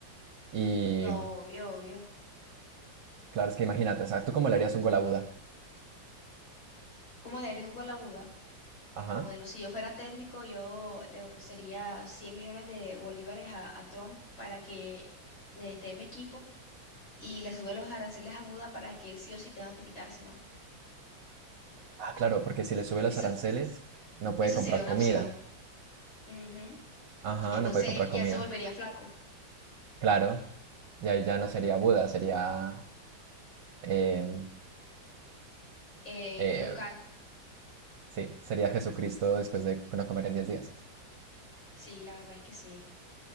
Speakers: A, on the right (about 65°); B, on the left (about 75°).
A: Y
B: No, obvio, obvio.
A: claro, es que imagínate, o sea, ¿tú cómo le harías un gol a Buda?
B: ¿Cómo le haré un gol a Buda?
A: Ajá.
B: Bueno, si yo fuera técnico, yo le ofrecería 100 millones de bolívares a, a Trump para que esté en mi equipo y le sube los aranceles a Buda para que él sí o sí tenga que quitarse, ¿no?
A: Ah, claro, porque si le sube los
B: Eso,
A: aranceles, no puede
B: eso
A: comprar
B: sería una
A: comida.
B: opción. Ujú.
A: Ajá,
B: Entonces
A: no puede comprar comida.
B: ya se volvería flaco.
A: Claro, y ahí ya no sería Buda, sería, em,
B: Eh,
A: eh,
B: Liu Kang,
A: sí, sería Jesucristo después de no comer en 10 días.
B: sí, la verdad es que sí.